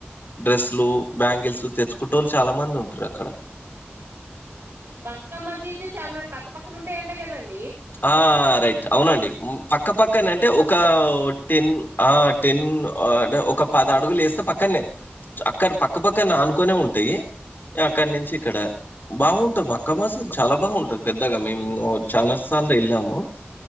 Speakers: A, on the left; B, on the right.
A: డ్రెస్సులు బ్యాంగిల్స్ తెచ్చుకుంటోళ్ళు చాలా మంది ఉంటారు అక్కడ
B: బంకా మజీద్ చానా పక్కపక్కన ఉంటాయి అంటా కదండి
A: ఆ రైట్ అవునండి పక్కపక్కన అంటే ఒక టెన్ ఆ టెన్ అంటే ఒక పద అడుగులు వేస్తే పక్కన ఏ అక్కడ పక్కపక్కన ఆనుకొనే ఉంటాయి అక్కడి నుంచి ఇక్కడ బాగుంటు అక్క మాసు చాలా బాగుంటది పెద్దగా మేము చాల సార్లు వెళ్ళాము